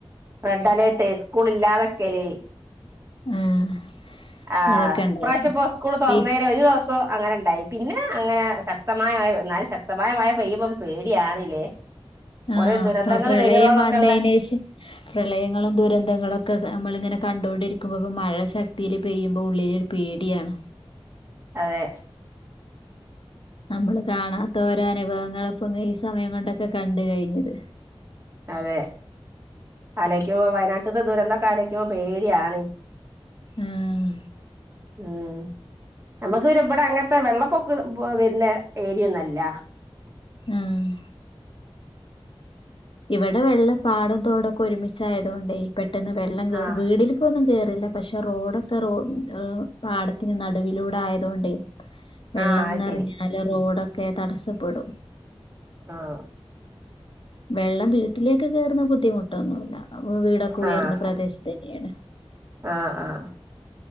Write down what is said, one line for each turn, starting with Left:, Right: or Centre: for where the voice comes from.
Right: റെഡ് അലേർട്ട് സ്കൂള് ഇല്ലാതെക്കല്
Left: ആഹ്
Right: ആഹ്
Left: അതൊക്കെ ഉണ്ടായിരുന്നു
Right: ഈ പ്രാവശ്യം ഇപ്പൊ സ്കൂള് തൊറന്നേരെ
Left: പി
Right: ഒരു ദിവസ സം അങ്ങനെ ഇ ണ്ടായി പിന്നെ അങ്ങനെ ശക്തമായ മഴ എന്നാലും ശക്തമായ മഴ പെയ്യുമ്പംമ്മ് പേടിയാണ്ല്ലേ
Left: ആഹ്
Right: ഓരോ ദുരന്തങ്ങൾ
Left: ഇപ്പ പ്രളയം
Right: വരുവോന്നൊക്കെ
Left: വന്നയിനേശ
Right: ഉള്ളെ
Left: പ്രളയങ്ങളും ദുരന്തങ്ങളും ഒക്കെ നമ്മള് ഇങ്ങനെ കണ്ട് കൊണ്ട് ഇണ്ടിരിക്കുമ്പോ ഇപ്പോ മഴ ശ ത്തീല് പെയ്യുമ്പോ ഉള്ളിലൊരു പേടിയാണ്
Right: അതെ
Left: നമ്മള് കാണാത്ത ഓരോ അനുഭവങ്ങൾ ഇപ്പ ഈ സമയം കൊണ്ട് ഒക്കെ കണ്ട് കഴിഞ്ഞത്
Right: അതെ അലക്കുമ്പ വയനാട്ടത്തെ ദുരന്തം ഒക്കെ ആലോയിക്കുമ്പ പേടിയാണ്
Left: ആഹ്
Right: ഉം നമ്മക്ക് ഇവിടെ അങ്ങൻത്തെ വെള്ളപ്പൊക്കം വെരുന്ന ഏരിയ ഒന്നും അല്ല
Left: ആഹ് ഇവടെ വെള്ളം പാടം തോട് ഒക്കെ ഒരുമിച്ച് ആയതോണ്ടേ പെട്ടെന്ന് വെള്ളം കേറും
Right: ആഹ്
Left: വീടില് ഇപ്പോ ഒന്നും കേറില്ല പക്ഷേ റോഡ് ഒക്കെ റോ പാടത്തിന് നടുവിലൂടെ ആയതോണ്ടേ വെള്ളം
Right: ആഹ് അത്
Left: നെറഞ്ഞാല്
Right: ശരി
Left: റോഡ് ഒക്കെ തടസ്സപ്പെടും
Right: ആഹ്
Left: വെള്ളം വീട്ടിലേക്ക് കേറുന്ന ബുദ്ധിമുട്ട് ഒന്നും ഇല്ല വീട് ഒക്കെ ഉയർന്ന
Right: ആഹ്
Left: പ്രദേശത്തന്നെ ഏണ്
Right: ആഹ് ആഹ്